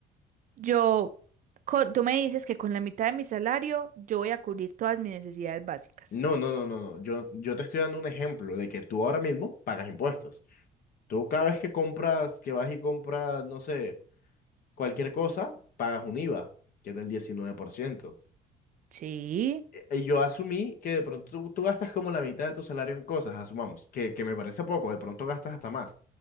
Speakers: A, on the right; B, on the left.
A: yo, co- tú me dices que con la mitad de mi salario yo voy a cubrir todas mis necesidades básicas.
B: No, no, no, no, no. Yo, yo te estoy dando un ejemplo de que tú ahora mismo pagas impuestos. Tú cada vez que compras, que vas y compras, no sé, cualquier cosa, pagas un IVA, que es del 19%.
A: Sí,
B: Y y yo asumí que de pronto tú, tú gastas como la mitad de tu salario en cosas, asumamos, que, que me parece poco, de pronto gastas hasta más.